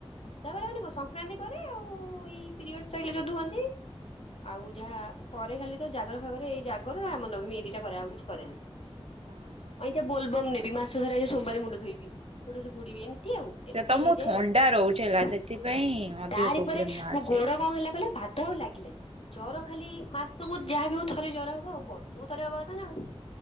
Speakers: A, on the left; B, on the right.
A: ଓଷା ବାର ମାନେ କଁ ସଂକ୍ରାନ୍ତି କରେ ଆଉ ଏଇ ପିରିଓଡସ୍ ସଇଲେ ଯୋଉ ଧୁଅନ୍ତି। ଆଉ ଯାହା କରେ ଖାଲି ତ ଜାଗର ଫାଗର ଏଇ ଜାଗର ରାମନବମୀ ଏଇ ଦିଟା କରେ ଆଉ କିଛି କରେନି।
B: ଅହଁ।
A: ଅଇଁଛା ବୋଲବମ୍ ନେବି ମାସ ସାରା ଏ ସୋମବାର ମୁଣ୍ଡ ଧୋଇବି ସେଇଠୁ ଆସି ବୁଡ଼ିବି ଏନ୍ ନ୍ତି ଆଉ
B: ସେ
A: ଏମିତି
B: ତମକୁ
A: ହେଇଯାଏ
B: ଥଣ୍ଡା
A: ଆଉ
B: ରହୁଛି ହେଲା ସେଥିପାଇଁ ଅଧିକ
A: ତାରିପରେ
B: ପ୍ରୋବ୍ଲେମ ବାହାରୁଛି।
A: ମୋ ଗୋଡ଼ୋ କଁ ହେଲା କହିଲ। ପାଦ ଆଉ ଲାଗିଲାନି। ଜର ଖାଲି ମାସୁକୁ ଯାହାବି ହୋଉ ଥରେ ଜର ହବ ଆଉ ବର୍ଷକୁ ଥରେ ହବା କଥା ନା ଆଉ।